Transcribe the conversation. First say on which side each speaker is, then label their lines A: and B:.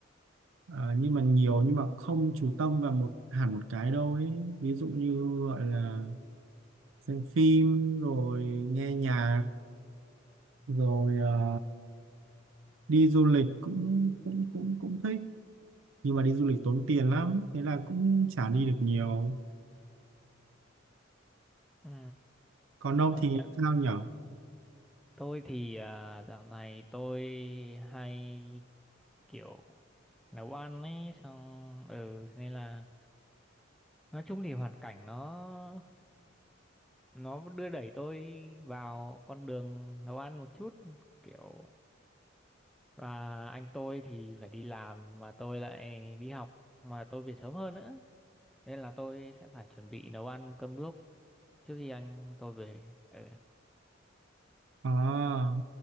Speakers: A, on the right (about 80°); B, in the centre.
A: ờ, nhưng mà nhiều nhưng mà không chú tâm vào một hẳn một cái đâu ấy. Ví dụ như gọi là xem phim rồi nghe nhạc rồi ờ, đi du lịch cũng cũng cũng cũng thích nhưng mà đi du lịch tốn tiền lắm thế là cũng chả đi được nhiều
B: Ừ,
A: còn ông
B: công
A: thì
B: nhận
A: sao nhở
B: Tôi thì à, dạo này tôi hay kiểu nấu ăn ấy xong ừ thế nên là nói chung thì hoàn cảnh nó nó đưa đẩy tôi vào con đường nấu ăn một chút kiểu và anh tôi thì phải đi làm mà tôi lại đi học mà tôi về sớm hơn nữa nên là tôi sẽ phải chuẩn bị nấu ăn cơm nước trước khi anh tôi về ừ.
A: à,